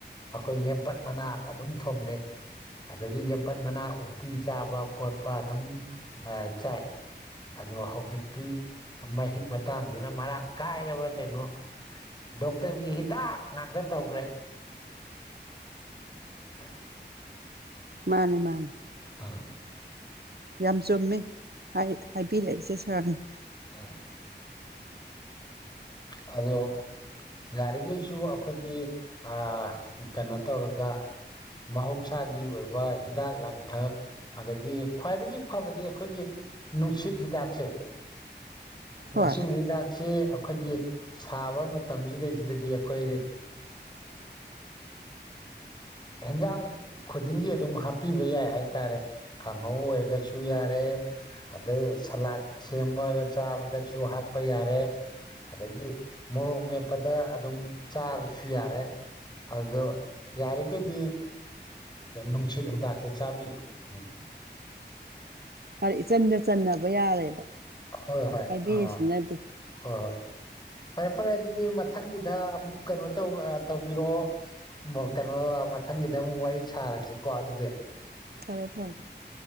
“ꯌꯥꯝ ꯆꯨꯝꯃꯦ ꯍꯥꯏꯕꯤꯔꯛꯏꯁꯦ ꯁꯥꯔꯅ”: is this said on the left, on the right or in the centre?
Right